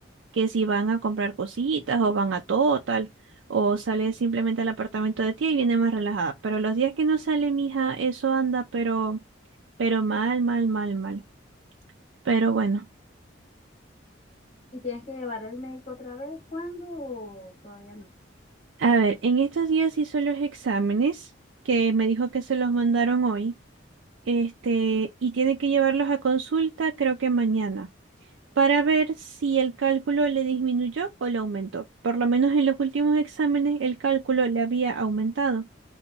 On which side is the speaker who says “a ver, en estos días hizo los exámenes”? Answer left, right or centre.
Right